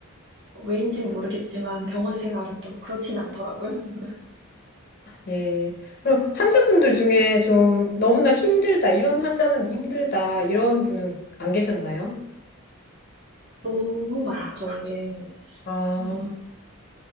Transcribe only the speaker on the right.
왜인진 모르겠지만 병원 생활은 또 그렇진 않더라고요. <laughs>
너무 많죠, 이게.
음,